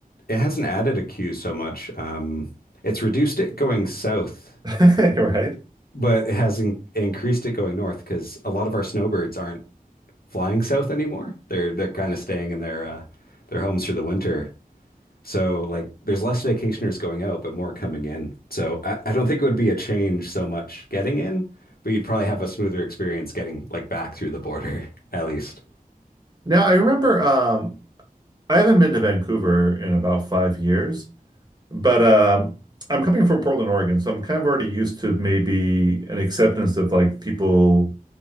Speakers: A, on the left; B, on the right.
A: it hasn't added a queue so much. Um, it's reduced it going south
B: <laughs> Right?
A: but it has in increased it going north because a lot of our snowbirds aren't flying south anymore. They're they're kind of staying in their uh, their homes through the winter. So like there's less vacationers going out, but more coming in. So I, I don't think it would be a change so much getting in, but you'd probably have a smoother experience getting like back through the border <laughs> at least.
B: Now, I remember um, I haven't been to Vancouver in about five years, but um, I'm coming from Portland, Oregon, so I'm kind of already used to maybe an acceptance of like people.